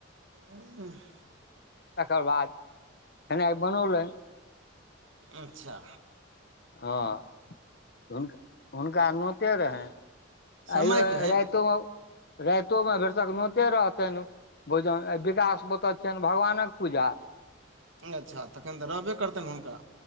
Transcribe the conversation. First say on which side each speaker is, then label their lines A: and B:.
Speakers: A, on the right; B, on the left.
A: उ <unintelligible>
B: तकर बाद खेनाइ बनौलनि।
A: अच्छा।
B: हाँ हु हुनका नोते रहनि
A: समयके
B: आइयो राति तो रातोमे भरसक नोते रहतेन। बोझन विकास ओतऽ छियनि भगवानक पूजा।
A: अच्छा तखन तऽ रहबे करतनि हुनका।